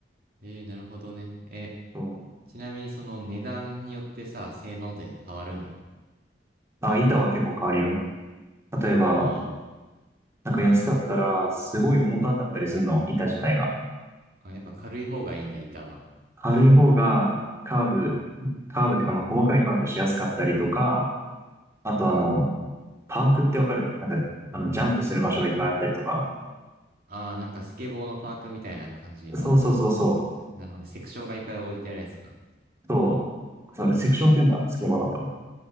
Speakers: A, on the right (about 55°); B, on the right (about 15°).
A: えー、なるほどね。え、
B: そう。
A: ちなみにその値段によってさ、性能で変わるの
B: あ、板は結構変わるよ。例えば、
A: あ
B: なんか安かったら、すごい重たかったりするの、板自体が。
A: ーあ、やっぱ軽い方がいいんだ、板は。
B: 軽い方が、カーブ、カーブっていうか、まあ、細かいカーブしやすかったりとか、あとあの、パークってわかるなんか、あの、ジャンプする場所がいっぱいあったりとか。
A: ああ、なんかスケボーのパークみたいな感じの、
B: そうそうそうそ
A: あの、すなるほどね、セクションがいっぱい置いてあるやつか。
B: う。そう。それ、セクションって言うんだ。スケボーだと。